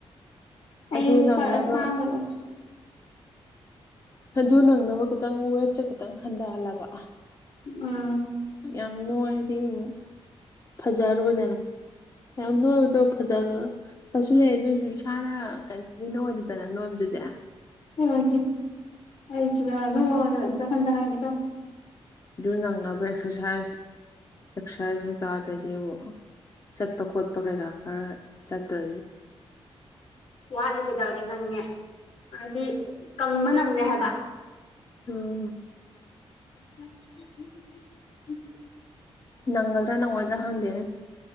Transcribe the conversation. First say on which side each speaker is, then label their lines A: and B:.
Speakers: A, on the left; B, on the left.
A: ꯑꯩ
B: ꯑꯗꯨ ꯅꯪꯅꯕ
A: ꯁ ꯁꯥꯡꯔꯣ
B: ꯑꯗꯨ ꯅꯪꯅꯕ ꯈꯤꯇꯪ ꯋꯦꯠꯁꯦ ꯈꯤꯇꯪ ꯍꯟꯊꯍꯜꯂꯕ
A: ꯎꯝ
B: ꯌꯥꯝ ꯅꫭꯏꯔꯗꯤ ꯑꯃꯨꯛ ꯐꯖꯔꯣꯏꯗꯅ ꯌꯥꯝ ꯅꫭꯏꯕꯗꯣ ꯐꯖꯔ ꯗꯁꯨ ꯂꯩ ꯑꯗꯨꯏꯁꯨ ꯏꯁꯥꯅ ꯀꯟꯐꯤꯗꯦꯟ ꯑꫭꯏꯗꯦꯗꯅ ꯅꯣꯏꯕꯗꯨꯗꯤ
A: <unintelligible> ꯑꯩꯖꯤꯅ ꯅꫭꯏꯕꯗ ꯑꯃꯇ ꯍꯟꯗꯍꯟꯒꯦ ꯇꯧꯕꯅꯤ
B: ꯑꯗꯨ ꯅꯪꯅꯕ ꯑꯦꯛꯁꯔꯁꯥꯏꯁ ꯑꯦꯛꯁꯔꯁꯥꯏꯖ ꯀꯩꯀꯥꯗꯗꯤ ꯆꯠꯄ ꯈꯣꯠꯄ ꯀꯩꯀꯥ ꯈꯔ ꯆꯠꯇ꯭ꯔꯗꯤ
A: ꯋꯥꯠꯂꯤ ꯀꯩꯗꯧꯔꯗꯤ ꯅꯪꯅꯦ ꯍꯥꯏꯗꯤ ꯀꯪꯕ ꯅꯪꯅꯦ ꯍꯥꯏꯕ
B: ꯎꯝ
A: <inaudible>
B: ꯅꯪꯒꯗ꯭ꯔ ꯅꯪꯉꯣꯏꯗ꯭ꯔ ꯈꯪꯗꯦꯅꯦ꯫